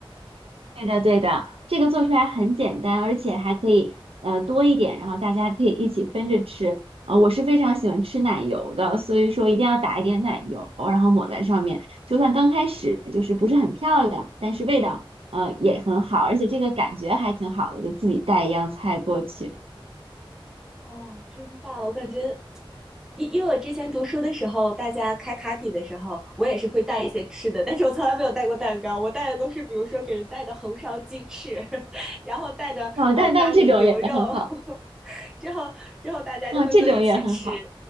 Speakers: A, on the right; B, in the centre.
A: 对的，对的，这个做出来很简单，而且还可以呃多一点，然后大家可以一起分着吃。呃，我是非常喜欢吃奶油的，所以说一定要打一点奶油，然后抹在上面。就算刚开始就是不是很漂亮，但是味道呃也很好，而且这个感觉还挺好的，就自己带一样菜过去。
B: 啊，真棒！我感觉，因因为我之前读书的时候，大家开 party 的时候，我也是会带一些吃的，但是我从来没有带过蛋糕，我带的都是比如说给人带的红烧鸡翅，<laughs> 然后带的啊、
A: 哦但但这种也很好，
B: 呃咖喱牛肉，<laughs> 之后之后大家就会坐一起吃，
A: 啊、这种也很好，